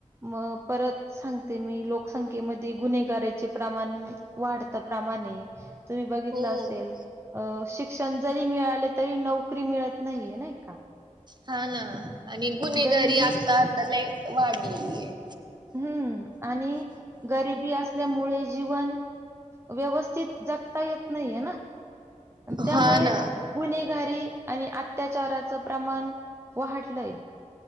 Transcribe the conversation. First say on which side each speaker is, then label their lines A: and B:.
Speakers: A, on the right; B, on the right.
A: म परत सांगते मी लोकसंख्येमध्ये गुन्हेगाचे प्रमाण- वाढत प्रमाणे तुम्ही बघितलं
B: हो.
A: असेल अ शिक्षण जरी मिळाले तरी नोकरी मिळत नाहीे. नाही का!
B: हा ना आणि गुन्हेगारी
A: गरिबी
B: आता आता ल वाढलेली आहे.
A: हं आणि गरिबी असल्यामुळे जीवन व्यवस्थित जगता येत नाहीे ना! आणि त्यामुळे
B: हा ना
A: गुन्हेगारी- आणि अत्याचाराचं प्रमाण- व्हडलंय.